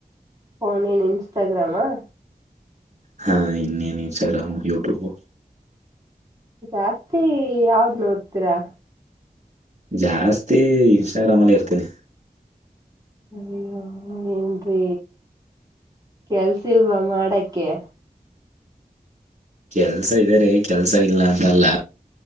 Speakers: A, on the right (about 25°); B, on the right (about 50°).
A: ಫೋನ ಏನ ಇನ್ಸ್ಟಾಗ್ರಾಮಾ.
B: ಹಾ ಇನ್ನೇನ್ ಇನ್ಸ್ಟಾಗ್ರಾಮ್, ಯೂಟ್ಯೂಬ್.
A: ಜಾಸ್ತಿ ಯಾವ್ದ ನೋಡ್ತೀರಾ.
B: ಜಾಸ್ತಿ ಇನ್ಸ್ಟಾಗ್ರಾಮ, ಅಲ್ಲೇ ಇರ್ತೀನಿ.
A: ಅಯ್ಯೋ ಏನ್ರೀ ಕೆಲ್ಸಿಲ್ವಾ ಮಾಡಕೆ.
B: ಕೆಲ್ಸ ಇದ ರೀ ಕೆಲ್ಸ ಇಲ್ಲ ಅಂತಲ್ಲ.